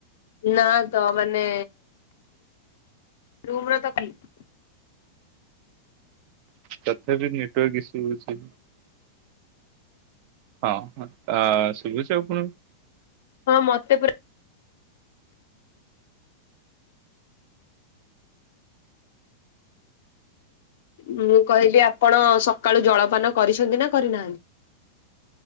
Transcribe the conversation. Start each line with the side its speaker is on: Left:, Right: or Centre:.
Left: ନା ତ ମାନେ ରୁମର ତ ଠିକ୍
Right: ତଥାପି ନେଟୱାର୍କ ଇସୁ ହଉଛି। ହଁ ଆ ଶୁଭୁଛି ଆପଣ ଙ୍କୁ?
Left: ହଁ ମତେ ପୁରା ମୁଁ କହିଲି ଆପଣ ସକାଳୁ ଜଳପାନ କରିଛନ୍ତି ନା କରିନାହାନ୍ତି?